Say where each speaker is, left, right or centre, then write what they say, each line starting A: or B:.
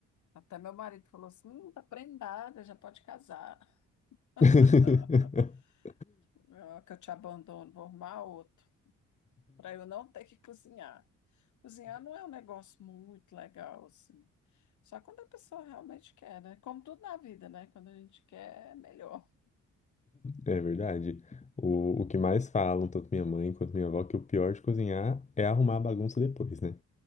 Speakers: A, on the left; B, on the left.
A: Até meu marido falou assim: hum, tá prendada, já pode casar.
B: <laughs>
A: <laughs> Ah, Que eu te abandono, vou arrumar outro, para eu não ter que cozinhar. Cozinhar não é um negócio muito legal, assim. Só quando a pessoa realmente quer, né? Como tudo na vida, né? Quando a gente quer, é melhor.
B: É verdade. O, o que mais falam, tanto minha mãe quanto minha avó, que o pior de cozinhar é arrumar a bagunça depois, né?